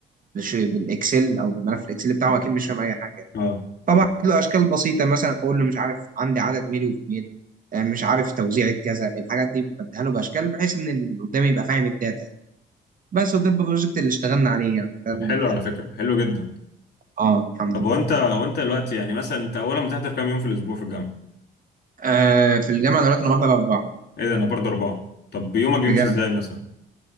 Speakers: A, on the right; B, on the left.
A: بش- بالاكسل او بالملف الاكسل بتاعه اكيد مش فاهم اي حاجه
B: اه
A: طبعا له اشكال بسيطه مثلا اقول له مش عارف عندي عدد ميل وفيميل آه، مش عارف توزيعة كذا الحاجات دي بديها له باشكال بحيث ان اللي قدامي يبقى فاهم الداتا يعني. بس وده البروجكت اللي اشتغلنا عليه يعني ده
B: طب
A: اللي
B: حلو
A: كان
B: على فكرة حلو جدا
A: اه الحمد
B: طب
A: لله
B: هو انت هو انت دلوقتي يعني مثلا انت اولا بتحضر كام يوم في الاسبوع في الجامعة
A: آه في الجامعه دلوقتي انا بحضر اربعه
B: ايه ده انا برضه اربعة طب يومك بيمشي
A: بجد
B: ازاي مثلا